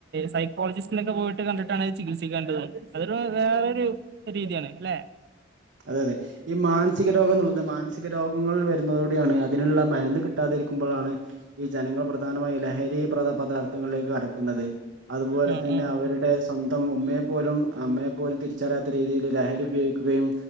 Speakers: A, on the right (about 55°); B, on the right (about 75°).
A: സൈക്കോളജിസ്റ്റിനൊക്കെ പോയിട്ട് കണ്ടിട്ടാണ് ചികിത്സിക്കേണ്ടത് അതൊരു വേറെരു രീതിയാണ് ല്ലെ
B: അതെ അതെ ഈ മാനസിക രോഗം എന്നുള്ളത് മാനസിക രോഗങ്ങൾ വരുന്നതോടെയാണ് അതിനുള്ള മരുന്ന് കിട്ടാതിരിക്കുമ്പോഴാണ് ഈ ജനങ്ങൾ പ്രധാനമായി ലഹരി പ്രദ പദാർത്ഥ പദാർത്ഥങ്ങളിലേക്ക് കടക്കുന്നത് അതുപോലെ
A: ആഹ്
B: തന്നെ
A: ആഹ്
B: അവരുടെ സമി സ്വന്തം ഉമ്മയെ പോലും അമ്മയെ പോലും തിരിച്ചറിയാത്ത രീതിയിൽ ലഹരി ഉപയോഗിക്കുകയും